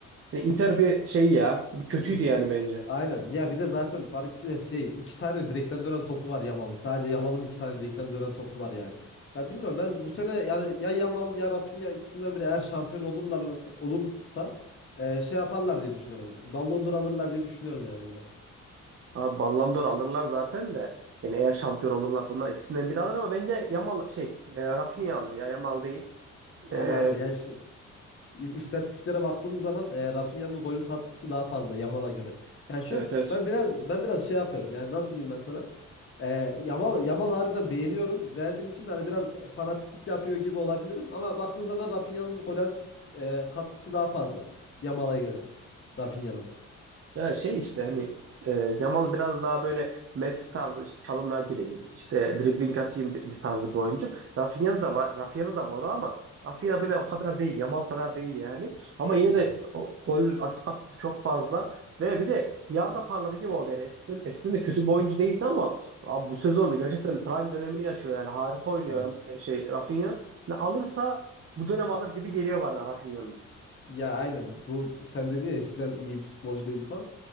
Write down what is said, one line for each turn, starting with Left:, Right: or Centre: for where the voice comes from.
Right: hani Inter bir şey ya, bir kötüydü yani bence.
Left: Aynen. Ya bir de zaten fark etti ya şey iki tane direkten dönen topu var Yamal'ın. Sadece Yamal'ın iki tane direkten dönen topu var yani. Ya bilmiyorum ben bu sene yani ya Yamal ya Rafinha ikisinden biri eğer şampiyon olurlarsa olursa e, şey yaparlar diye düşünüyorum. Ballon d'Or alırlar diye düşünüyorum yani Emre.
Right: Abi Ballon d'Or alırlar zaten de. Yani eğer şampiyon olurlarsa onlar ikisinden biri alır ama bence Yamal şey e, Rafinha alır ya Yamal değil.
Left: Ama
Right: E,
Left: aynen yani şey, İ- istatistiklere baktığımız zaman e, Rafinha'nın gol katkısı daha fazla Yamal'a göre. Yani şu
Right: evet
Left: an
Right: evet
Left: ben biraz ben biraz şey yapıyorum. Yani nasıl diyeyim ben sana? E, Yamal Yamal harbiden beğeniyorum. Beğendiğim için de hani biraz fanatiklik yapıyor gibi olabilirim ama baktığın zaman Rafinha'nın gol asist e, katkısı daha fazla Yamal'a göre. Rafinha'nın.
Right: Ya şey işte hani e, Yamal biraz daha böyle Messi tarzı işte çalımla gireyim, işte dribbling atayım bir tarzı bir oyuncu. Rafinha'da da var, Rafinha'da da var o ama Rafinha böyle o kadar değil, Yamal kadar değil yani. Ama yine
Left: Yani.
Right: de o- gol asist katkısı çok fazla ve bir de bir anda parladı gibi oldu yani eskiden eskiden de kötü bir oyuncu değildi ama abi bu sezonu gerçekten prime dönemini yaşıyor yani harika oynuyor
Left: Evet.
Right: e, şey Rafinha. Yani alırsa bu dönem alır gibi geliyor bana Rafinha'nın.
Left: Ya aynen bu sen dedin ya eskiden iyi bir futbolcu değildi falan.